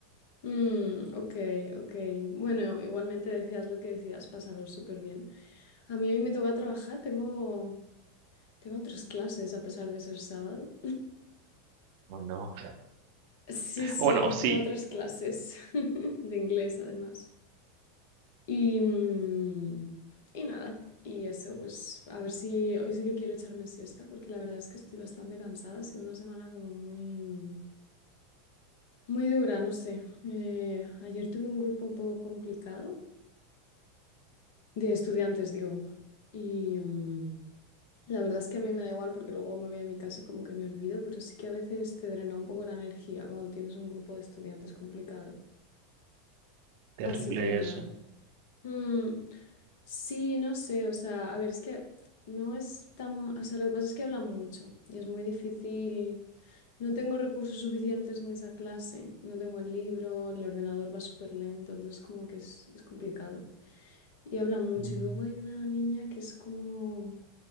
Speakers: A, on the left; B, on the right.
A: Mm, ok, ok. Bueno, igualmente decías lo que decías, pasarlo súper bien. A mí hoy me toca trabajar, tengo, tengo tres clases a pesar de ser sábado.
B: O no.
A: Sí, sí,
B: O no, sí.
A: tengo tres clases <laughs> de inglés además. Y, mm, y nada, y eso, pues a ver si hoy sí que quiero echarme siesta, porque la verdad es que estoy bastante cansada, ha sido una semana como muy, muy dura, no sé. Eh, ayer tuve un grupo un poco complicado de estudiantes, digo, y mm, la verdad es que a mí me da igual porque luego me voy a mi casa y como que me olvido, pero sí que a veces te drena un poco la energía cuando tienes un grupo de estudiantes complicado.
B: Terrible
A: Así que nada.
B: eso.
A: Mm, Sí, no sé, o sea, a ver, es que no es tan, o sea, lo que pasa es que habla mucho y es muy difícil. No tengo recursos suficientes en esa clase, no tengo el libro, el ordenador va súper lento, entonces como que es, es complicado. Y habla mucho
B: Mm,
A: y luego hay una niña que es como,